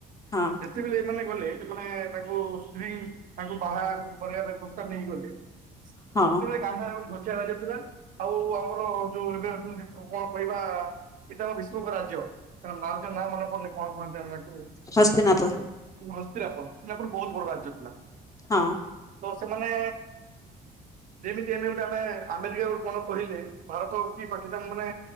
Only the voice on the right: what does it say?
ଯେତେବେଳେ ଏମାନେ ଗଲେ ମାନେ ତାଙ୍କୁ ସ୍ତ୍ରୀ ତାଙ୍କୁ ବାହା କରିବା ପାଇଁ ପ୍ରସ୍ତାବ ନେଇଗଲେ
ସେତେବେଳେ <inaudible> ଯାଉଥିଲା ଆଉ ଆମର ଯୋଉ ଏବେ କଣ କହିବା? ପିତାମହ ବିଶ୍ୱଙ୍କ ରାଜ୍ୟ ତା ନା ମନେ ପଡୁନି କଣ କୁହନ୍ତି ଆମେ ଟାକୁ
ହସ୍ତିରାପ ହସ୍ତିରାପର ବହୁତ ବଡ ରାଜ୍ୟ ଥିଲା।
ତ ସେମାନେ ଯେମିତି ଆମେ ଗୋଟେ ଆମେ ଆମେରିକା ଗୋଟେ କଣ କହିଲେ ଭାରତ କି ପାକିସ୍ତାନ ମାନେ